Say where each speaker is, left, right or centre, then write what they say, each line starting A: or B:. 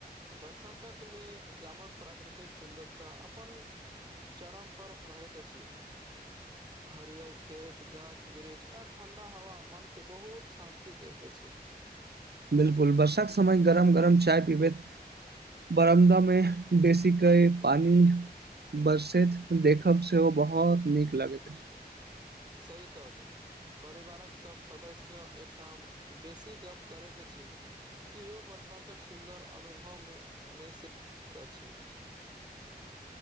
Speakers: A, on the right; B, on the right.
A: बरसातकमे गामक प्राकृतिक सुन्दरता अपन। चरम पर रहैत अछि। हरियर खेत गाछ वृक्ष आ ठंडा हवा मन के बहुत शांति देैत अछि।
B: बिल्कुल वर्षाक समय गरम गरम चाय पीबैत बरामदा मे बेसी कय पानी बरसैत देखब सेहो बहुत नीक लगैत अछि
A: सही कहलु। परिवारक सभ सदस्य एकटाम बेसी गप करैत अछि। इहो बरसातक सुन्दर अनुभवमे मे सेक अछि।